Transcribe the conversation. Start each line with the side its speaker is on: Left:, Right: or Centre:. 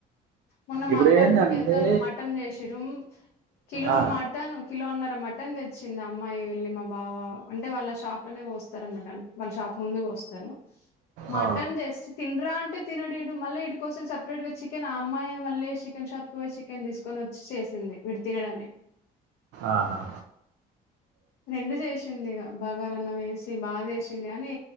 Left: మొన్న
Right: ఇప్పుడు
Left: మా అక్క
Right: ఏంటంటే
Left: వాళ్ళ ఇంటికెళ్తే వాళ్ళు మటన్ చేసిన్రు కిలో
Right: ఆ,
Left: మటన్ కిలోన్నర మటన్ తెచ్చిందా అమ్మాయి వెళ్ళి మా బావ అంటే వాళ్ళ షాప్ లోనే పోస్తారు అనమాట వాళ్ళ షాప్ ముందుకు వస్తారు మటన్
Right: ఆ,
Left: తెసి తినరా అంటే తినడి ఇ మళ్ళీ ఇటి కోసం సపరేట్గా చికెన్ ఆ అమ్మాయి మళ్ళీ చికెన్ షాప్కి పోయి చికె తీసుకొని వచ్చి చేసింది తినడు అని
Right: ఆహా
Left: రెండు చేసింది ఇ బగారాన్నం వేసి బాగా చేసింది కానీ